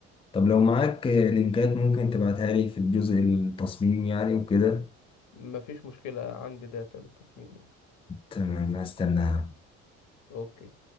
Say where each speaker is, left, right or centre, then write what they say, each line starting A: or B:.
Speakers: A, on the left; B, on the left.
A: طب لو معاك لينكات ممكن تبعتها لي في الجزء التصميم يعني وكده
B: مفيش مشكلة عندي داتا للتصميم يعني
A: تمام هستناها
B: اوكي